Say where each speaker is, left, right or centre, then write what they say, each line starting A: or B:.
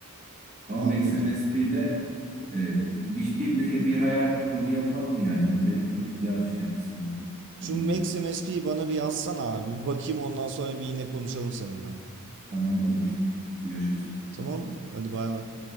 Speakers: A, on the right; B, on the right.
A: Ama
B: Anladım.
A: Max MSP'de e, bir, bir, bir hayal kur onu yapalım yani. Öyle çok güzel bir şey aslında. Tamam,
B: Şu Max MSP'yi bana bir yazsana abi. Bir bakayım ondan sonra bir yine konuşalım seninle.
A: tamam olur. Görüşürüz.
B: Tamam. Hadi bay bay.